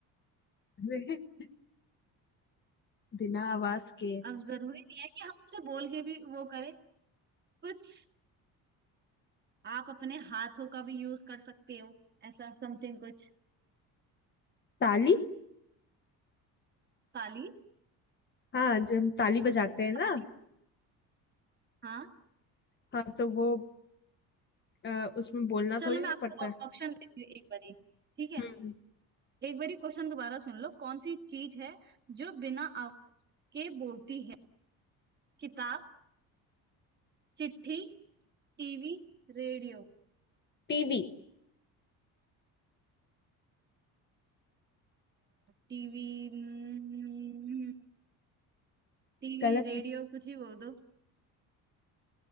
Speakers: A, on the left; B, on the right.
A: <laughs> अरे बिना आवाज के
B: अब जरूरी नहीं है कि हम उसे बोल के भी वो करें कुछ आप अपने हाथों का भी यूज कर सकते हो ऐसा समथिंग कुछ
A: ताली
B: ताली
A: हाँ जब हम ताली बजाते हैं
B: ताली
A: ना
B: हाँ
A: हाँ तो वो अ, उसमें बोलना
B: चलो
A: थोड़ी
B: मैं
A: ना
B: आपको
A: पड़ता है
B: ऑप्शन देती हूँ एक बारी ठीक है
A: हम्म
B: एक बारी क्वेश्चन दोबारा सुन लो कौन सी चीज है जो बिना आवाज के बोलती है किताब चिट्ठी टीवी रेडियो
A: टीवी
B: टीवी हम्म, टीवी
A: गलत
B: रेडियो
A: है
B: कुछ ही बोल दो